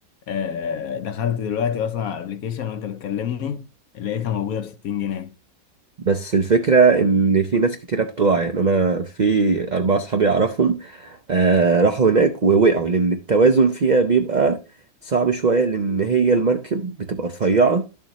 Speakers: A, on the left; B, on the right.
A: آه، دخلت دلوقتي أصلا على الأبليكيشن وأنت بتكلمني لقيتها موجودة ب 60 جنيه
B: بس الفكرة ان في ناس كتيرة بتقع يعني انا في اربعة صحابي اعرفهم آه، راحوا هناك ووقعوا لان التوازن فيها بيبقى صعب شوية لان هي المركب بتبقى رفيعة